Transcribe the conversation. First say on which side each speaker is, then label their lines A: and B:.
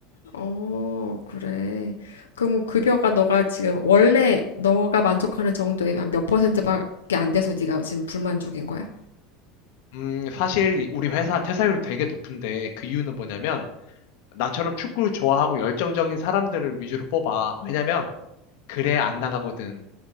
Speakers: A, on the left (about 80°); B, on the left (about 60°).
A: 어, 그래. 그럼 급여가 너가 지금 원래 너가 만족하는 정도의 한 몇 퍼센트밖에 안 돼서 네가 지금 불만족인 거야?
B: 음, 사실 우리 회사 퇴사율 되게 높은데 그 이유는 뭐냐면 나처럼 축구를 좋아하고 열정적인 사람들을 위주로 뽑아. 왜냐면, 그래 안 나가거든.